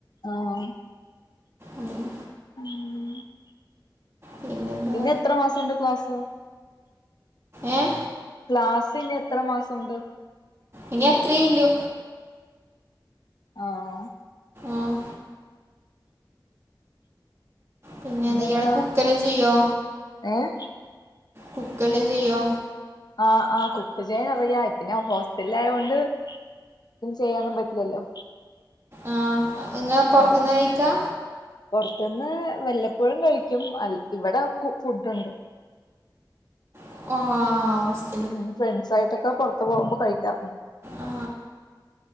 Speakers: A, on the left (about 60°); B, on the right (about 35°).
A: ആണോന്ന്
B: ഉം.
A: ഉം
B: പിന്നെന്താ
A: ഇനി എത്ര മാസണ്ട് ക്ലാസ്?
B: ഏഹ്
A: ക്ലാസ്സ് ഇനി എത്ര മാസമുണ്ട്?
B: ഇനി അത്രേ ഇല്ലു
A: ആഹ്
B: ആഹ് പിന്നെ
A: പിന്നെന്താ
B: എന്താ ഇയാൾ കുക്കലും ചെയ്യോ?
A: ഏഹ്
B: കുക്കലും ചെയ്യോ?
A: ആഹ് ആഹ് കുക്ക് ചെയ്യാൻ അറിയാ എത്ത്നാ ഹോസ്റ്റൽ ആയൊണ്ട്. ക്ക് ചെയ്യാനൊന്നും പറ്റില്ലല്ലോ
B: ആ നിങ്ങൾ പൊറത്ത്ന്ന്
A: ആഹ്
B: കഴിക്കാ?
A: പുറത്തുന്ന് വല്ലപ്പോഴും കഴിക്കും ഇവിടെ ഫുഡുണ്ട്
B: ഓഹ് ആഹ് സ്
A: ഉം ഫ്രണ്ട്സ് ആയിട്ടൊക്കെ പൊറത്ത് പോകുമ്പോ കഴിക്കാറ്
B: ആ